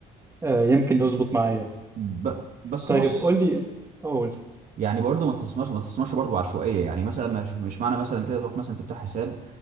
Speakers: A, on the right; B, on the right.
A: آه يمكن يظبط معايا
B: ب... بس
A: طيب
B: بص
A: قول لي قول
B: يعني برضه ما تستثمرش ما تستثمرش برضه عشوائيه يعني مثلا مش, مش معنى مثلا كده تروح مثلا تفتح حساب